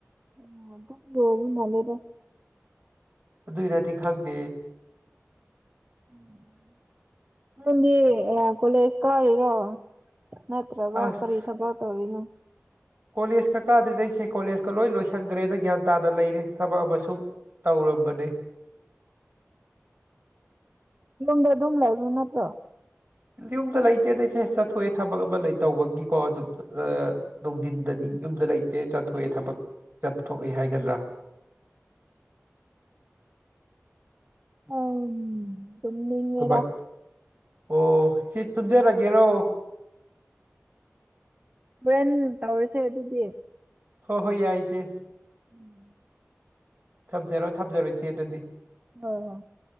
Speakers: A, on the right (about 30°); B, on the right (about 50°).
A: <unintelligible> ꯃꯜꯂꯦꯗ
B: ꯑꯗꯨꯏ ꯔꯥꯗꯤ ꯈꯪꯗꯦ
A: ꯎꯝ ꯅꯪꯗꯤ ꯀꯣꯂꯦꯖ ꯀꯥꯔꯤꯔꯣ ꯅꯠꯇ꯭ꯔꯒ
B: ꯑꯁ
A: ꯀꯔꯤ ꯊꯕꯛ ꯇꯧꯔꯤꯅꯣ
B: ꯀꯣꯂꯦꯖꯀ ꯀꯥꯗ꯭ꯔꯦꯗ ꯑꯩꯁꯦ ꯀꯣꯂꯦꯖꯀ ꯂꯣꯏ ꯂꯣꯏꯁꯟꯈ꯭ꯔꯦꯗ ꯒ꯭ꯌꯥꯟ ꯇꯥꯅ ꯂꯩꯔꯦ ꯊꯕꯛ ꯑꯃ ꯁꯨꯝ ꯇꯧꯔꯝꯕꯅꯦ
A: <inaudible> ꯌꯨꯝꯗ ꯑꯗꯨꯝ ꯂꯩꯕ ꯅꯠꯇ꯭ꯔꯣ
B: ꯌꯨꯝꯗ ꯂꯩꯇꯦꯗ ꯏꯆꯦ ꯆꯠꯊꯣꯛꯑꯦ ꯊꯕꯛ ꯑꯃ ꯂꯩ ꯇꯧꯕꯒꯤꯀꯣ ꯑꯗꯨꯝ <unintelligible> ꯅꯨꯡꯊꯤꯟꯗꯗꯤ ꯌꯨꯝꯗ ꯂꯩꯇꯦ ꯆꯠꯊꯣꯛꯑꯦ ꯊꯕꯛ ꯆꯠꯊꯣꯛꯑꯦ ꯍꯥꯏꯒꯗ꯭ꯔꯥ
A: ꯑꯝ ꯇꯨꯝꯅꯤꯡꯉꯦꯗꯥ
B: ꯊꯕꯛ ꯑꯣ ꯏꯆꯦ ꯇꯨꯝꯖꯔꯒꯦꯔꯣ
A: ꯎ ꯍꯣꯔꯦꯟ ꯇꯧꯔꯤꯁꯦ ꯑꯗꯨꯗꯤ
B: ꯍꯣ ꯍꯣꯏ ꯌꯥꯏꯆꯦ
A: ꯎꯝ
B: ꯊꯝꯖꯔꯣ ꯊꯝꯖꯔꯣ ꯏꯆꯦ ꯑꯗꯨꯗꯤ
A: ꯍ ꯍꯣ